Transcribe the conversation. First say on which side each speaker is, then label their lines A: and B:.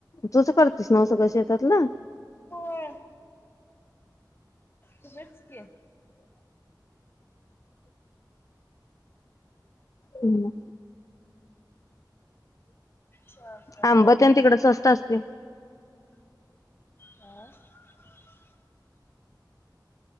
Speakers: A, on the left; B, on the left.
A: तुच करतीस न्हव सगळं शेतातलं?
B: होय तुझच की
A: हम
B: चालतं
A: आंब
B: बाकीच
A: त्यां तिकड स्वस्त असते
B: ब